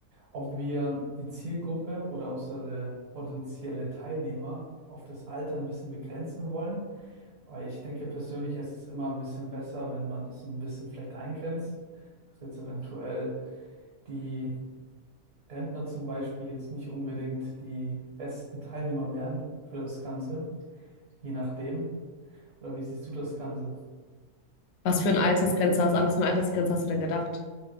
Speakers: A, on the right; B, on the left.
A: ob wir die Zielgruppe oder unsere potenzielle Teilnehmer auf das Alter ein bisschen begrenzen wollen Aber ich denke persönlich, es ist immer ein bisschen besser, wenn man das ein bisschen vielleicht eingrenzt, dass jetzt eventuell die Rentner zum Beispiel jetzt nicht unbedingt die besten Teilnehmer wären für das Ganze, je nachdem. Oder wie siehst du das Ganze?
B: Was für ein Altersgrenze hast, an was für eine Altersgrenze hast du denn gedacht?